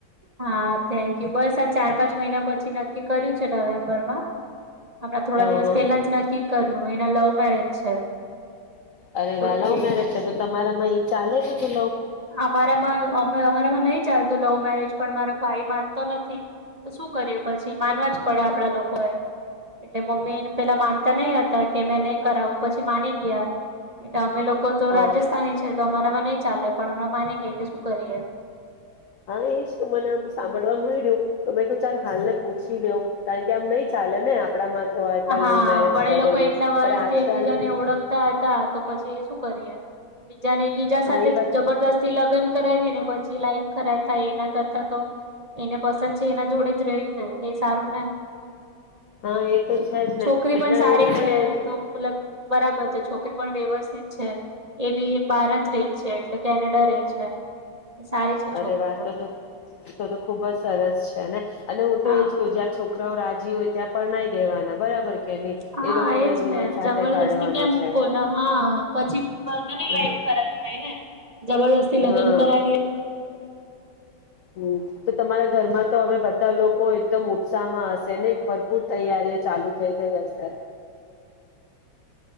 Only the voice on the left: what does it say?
હ
હ
અરે
વા લવ
મેરેજ છે તો તમારા માય ચાલે કે <inaudible>
હા
હા એજ તો મને આમ સાંભળવા મળ તું ચાલ હાલને પૂછી લેવ કારણ કે આમ નહી ચાલે ને આપડામાં તો આ
લવ મેરેજ
કરે
પણ આજકાલની
હા એ વાત
હા, એ તો જ છે
ને એટલે
હું પણ
એ જ
અરે
વાત
તો તો તો તો ખૂબ જ સરસ છે ને. અને હું
તો એજ કઉ જયા છોક છોકરાઓ રાજી હોય ત્યાં પરણાઈ દેવાના બરાબર. કે નહી
એ લોકોને
જીવન
સાથે
કાઢવાનો
છે
હા
હા
હમ, તો તમારા ઘરમાં તો હવે બધા લોકો એકદમ ઉત્સાહમાં હશે ને ભરપૂર તૈયારીઓ ચાલુ થઈ ગઈ હશે.